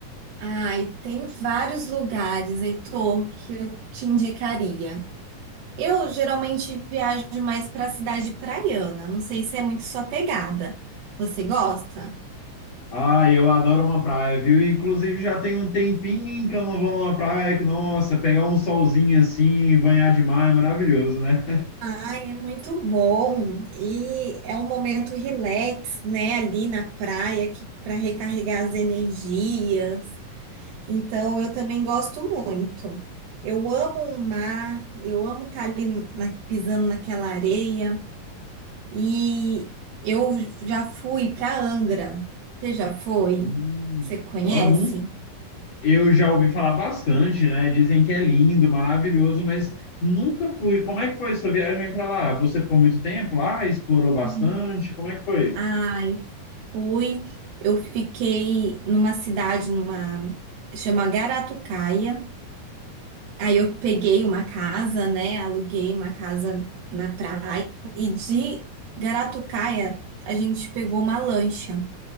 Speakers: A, on the right; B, on the left.
A: Ai, tem vários lugares, Heitor, que eu te indicaria. Eu geralmente viajo mais para a cidade praiana, não sei se é muito sua pegada. Você gosta?
B: Ah, eu adoro uma praia, viu? Inclusive já tem um tempinho que eu não vou numa praia que, nossa, pegar um solzinho assim, banhar de mar é maravilhoso, né?
A: Ai, é muito bom. E é um momento relax, né, ali na praia, que para recarregar as energias. Então, eu também gosto muito. Eu amo o mar, eu amo estar ali na- pisando naquela areia. E eu já fui para Angra. Você já foi?
B: Hum,
A: Você conhece?
B: ó, nunca, eu já ouvi falar bastante, né? Dizem que é lindo, maravilhoso, mas nunca fui. Como é que foi sua viagem para lá? Você ficou muito tempo lá? Explorou bastante?
A: Uhum.
B: Como é que foi?
A: Ai, fui. Eu fiquei numa cidade, numa chama Garatucaia. Aí eu peguei uma casa, né? Aluguei uma casa na praia e de Garatucaia a gente pegou uma lancha.